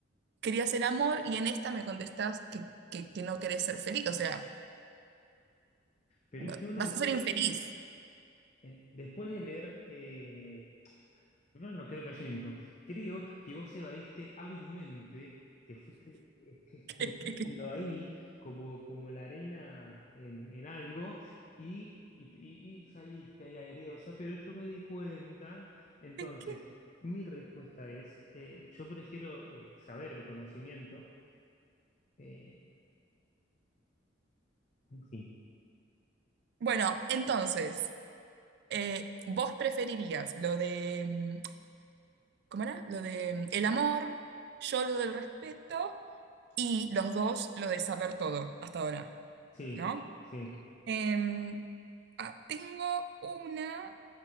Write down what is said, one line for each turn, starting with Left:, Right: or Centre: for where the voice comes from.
Right: querías el amor, y en esta me contestás que, que, que no querés ser feliz, o sea,
Left: pero
Right: va-
Left: es que uno
Right: vas
Left: encuentra,
Right: a ser infeliz.
Left: eh, después de leer eh, Primero, no no creo que haya un incon- Creo que vos evadiste hábilmente, te fuiste eh, escurriendo
Right: <laughs> ¿Qué- qué- qué-
Left: ahí como, como la arena en, en algo y, y- y- y saliste ahí aereosa, pero yo me di cuenta. Entonces,
Right: qué- qué?
Left: mi respuesta es, eh, yo prefiero eh, saber el conocimiento. eh, en fin.
Right: Bueno, entonces, eh, vos preferirías lo de, mm, ¿cómo era? Lo de mm, el amor, yo lo del respeto, y los dos lo de saber todo hasta ahora,
Left: Sí,
Right: ¿no?
Left: sí.
Right: Em, ah, tengo una